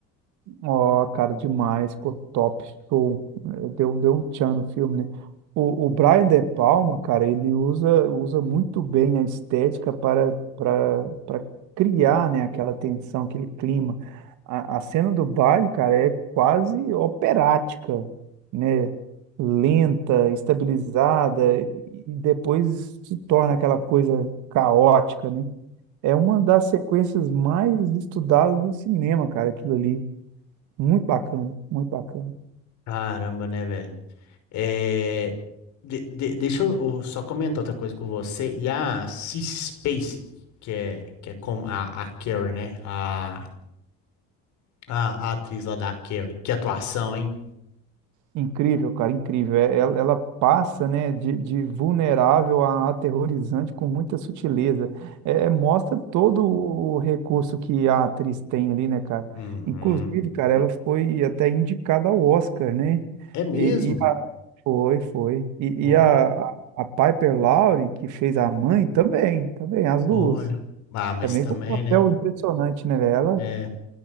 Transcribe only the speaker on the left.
Caramba, né, velho? É, de- de- deixa eu eu só comentar outra coisa com você. E a Cissy Spacek, que é, que é como a, a Carrie, né? A, a, a atriz lá da Carrie. Que atuação, hein?
Uhum.
É mesmo?
Olha.
Olha.
Ah, mas
também,
né?
É.